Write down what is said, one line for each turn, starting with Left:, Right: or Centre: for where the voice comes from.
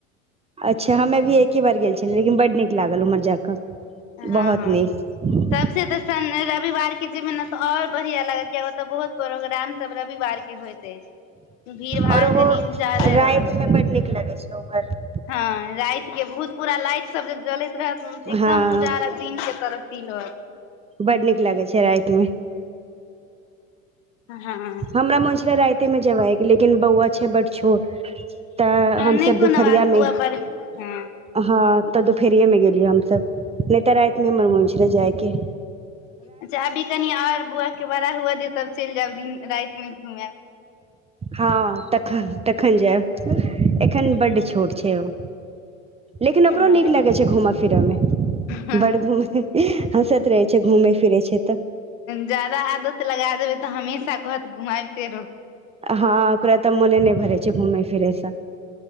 Right: अच्छा हमे भी एके बार गेल छलियै लेकिन बड्ड नीक लागल उम्हर जाकऽ
Left: हँ
Right: बहोत
Left: हँ
Right: नीक
Left: सबसे तऽ सन रविवार के जैबे न तो और बढ़िया लगत कियाते बहुत प्रोग्राम सब रविवार के होइत अछि भीड़ भाड़
Right: और ओहो
Left: कनि जादे
Right: राति
Left: रहल ओत
Right: मे बड नीक लगे छै उम्हर
Left: हँ राइत के बहुत पूरा लाइट सब जे जलैत रहत एकदम
Right: हँ
Left: उजार दिन के तरफ तीन बार
Right: बड नीक लागै छै राइतमे
Left: हँ
Right: हमरा मुन छले राइते मे जेबा ह लेकिन बौआ छै बड छोट तऽ हमसब
Left: नहि कोनो
Right: दुपहरियामे
Left: बात बौआ बड़ हँ
Right: हँ तऽ दुपेरिए मे गेलियै हमस नहि तऽ राइत में हमर मुन छले जयके
Left: अच्छा अभी कनि ओर बौआके बड़ा हुअ दियौ तब चलि जायब दिन रातिमे घूमे
Right: हाँ तखन तखन जायब एखन बड्ड छोट छै ओ लेकिन
Left: हँ
Right: ओकरो नीक लगै छै घूम फिरयमे
Left: हँ
Right: बड़ घूम हँसैत रहै छै घूमै फिरे छै त
Left: जादा आदत लगा देबै तऽ हमेशा कहत घुमाइबते रहो
Right: हँ ओकरा तऽ मोने न नय भरे छै घूम फिरयसँ